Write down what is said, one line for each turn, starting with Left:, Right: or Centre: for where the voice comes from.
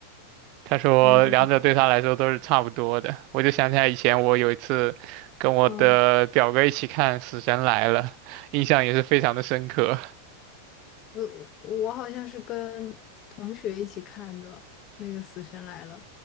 Right: 他说两者对他来说都是差不多的。
Left: 嗯，他说，
Right: 我就想起来以前我有一次跟我的表哥一起看《死神来了》，
Left: 嗯，
Right: 印象也是非常的深刻。
Left: 我我好像是跟同学一起看的那个《死神来了》，